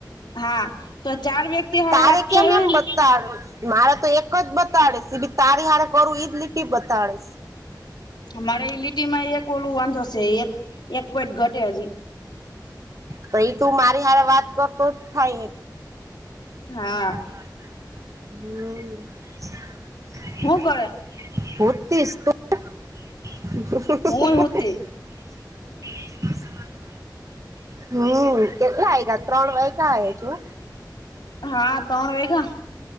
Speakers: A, on the left; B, on the right.
A: હા તો ચાર વ્યક્તિ હળ
B: તારે
A: વાત થય
B: કેમ
A: હોય
B: એમ
A: ને
B: મારે તો એક જ બતાડીશ એ ભી તારી હારે કરું ઈજ લીટી બતાડીશ
A: અમારે એ લીટીમાં એક ઓલું વાંધો છે એક એક પોઈટ ઘટે હજી
B: તો એ તું મારી હારે વાત કરતો જ થાય
A: હા
B: હમ પતીશ હમ
A: હું કરે
B: કેટલા આ
A: હુંય હુતી
B: ગયા ત્રણ વાયગ્યા જો.
A: હા તણ વાઈગા.